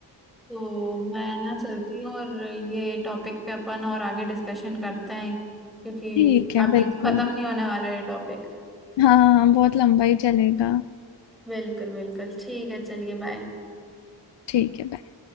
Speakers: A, in the centre; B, on the left (about 70°).
A: तो मैं ना चलती हूँ और ये टॉपिक पे अपन और आगे डिस्कशन करते हैं क्योंकि
B: ठीक है
A: अभी
B: बिल्कुल
A: तो खत्म नहीं होने वाला ये टॉपिक
B: हाँ हाँ, बहुत लंबा ही चलेगा
A: बिल्कुल बिल्कुल ठीक है चलिए बाय
B: ठीक है bye.